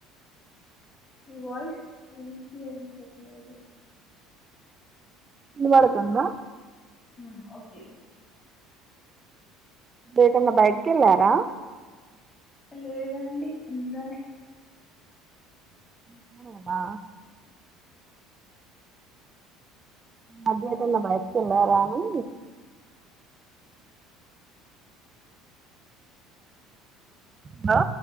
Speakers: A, on the left (about 30°); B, on the right (about 30°).
A: మీ వాయిస్ వినిపియ్యట్లేదు
B: వినబడుతోందా
A: ఉ ఒకే ఇప్పుడు
B: ఏటన్నా బయటికి వెళ్ళారా
A: లేదండి ఇంట్లోనే
B: ఇంట్లోనేనా ఈ మధ్య ఎటన్న బయటికి వెళ్ళారా అని హలో